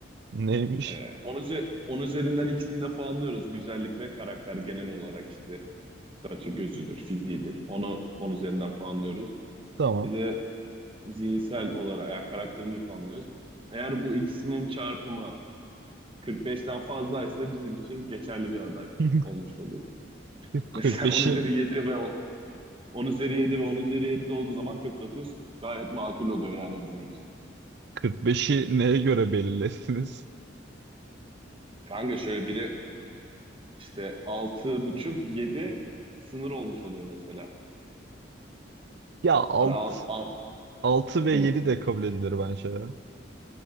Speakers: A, on the right (about 60°); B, on the right (about 30°).
A: Neymiş?
B: Ee, onun, üze- onun üzerinden ikisini de puanlıyoruz. Güzellik ve karakter genel olarak işte. saçı, gözüdür, fiziğidir. Onu on üzerinden puanlıyoruz.
A: Tamam.
B: Bir de zihinsel olarak yani karakterini puanlıyoruz. Eğer bu ikisinin çarpımı 45'ten fazlaysa bizim için geçerli bir aday
A: <laughs>
B: olmuş oluyor. <laughs>
A: 45'i
B: Mesela 10 üzeri 7 ve o- 10 üzeri 7 ve 10 üzeri 7 olduğu zaman 49 gayet makul oluyor yani bizim için.
A: 45'i neye göre belirlesiniz?
B: Kanka şöyle biri işte 6,5 7 sınır olmuş oluyor mesela.
A: Ya alt
B: Hani al, al,
A: altı ve yedi
B: Hı.
A: de kabul edilir bence ya.